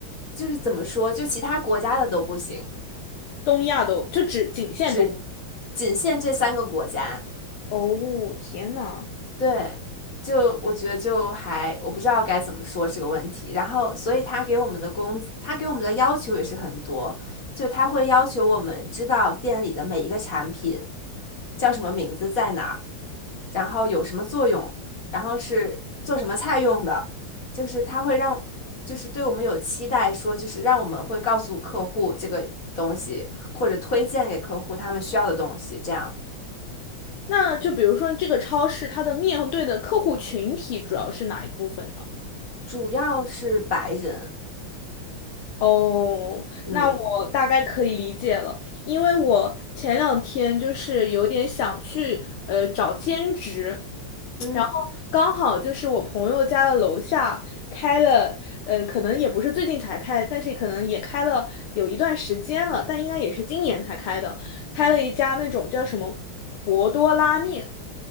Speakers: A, on the left (about 40°); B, on the left (about 75°).
A: 就是怎么说，就其他国家的都不行，
B: 东亚都就只仅限东亚。
A: 只仅限这三个国家。
B: 哦，天呐！
A: 对，就我觉得就还我不知道该怎么说这个问题。然后，所以他给我们的工资，他给我们的要求也是很多，就他会要求我们知道店里的每一个产品叫什么名字在哪儿。然后有什么作用，然后是做什么菜用的，就是它会让，就是对我们有期待，说就是让我们会告诉客户这个东西，或者推荐给客户他们需要的东西，这样
B: 那就比如说这个超市，它的面对的客户群体主要是哪一部分呢？
A: 主要是白人，
B: 哦，
A: 嗯
B: 那我大概可以理解了，因为我前两天就是有点想去呃找兼职，
A: 嗯，
B: 然后刚好就是我朋友家的楼下开了，呃，可能也不是最近才开，但是可能也开了有一段时间了，但应该也是今年才开的，开了一家那种叫什么博多拉面。